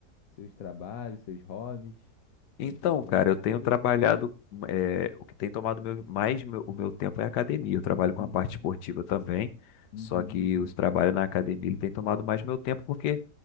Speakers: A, on the left; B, on the left.
A: seus trabalhos, seus hobbies? Tem
B: Então,
A: feito bastante
B: cara, eu tenho
A: coisa?
B: trabalhado, eh, o que tem tomado meu- mais meu- o meu tempo é a academia. Eu trabalho
A: Uhum,
B: com a parte esportiva também,
A: uhum.
B: só que os trabalhos na academia ele tem tomado mais meu tempo porque